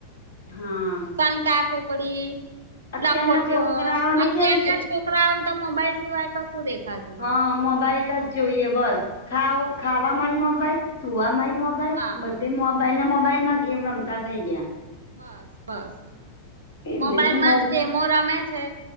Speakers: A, on the left; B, on the right.
A: હા
B: સંતા કુકડી
A: અત્યારના
B: લખોટીયો
A: છોકરાઓને
B: અત્યારના
A: કેવું છે
B: છોકરાઓ ને તો મોબાઈલ સિવાય કશું દેખાતું
A: હા
B: નથી.
A: મોબાઈલ જ જોઈએ બસ ખાવુ
B: હા
A: ખાવામાં એ મોબાઈલ સુવામાંએ મોબાઈલ
B: હા
A: બ ધે મોબાઈલ ને મોબાઈલમાં ગેમ રમતા થઈ ગયા
B: બસ બસ
A: એજને
B: મોબાઈલમાં
A: મો
B: જ ગેમો રમે છે.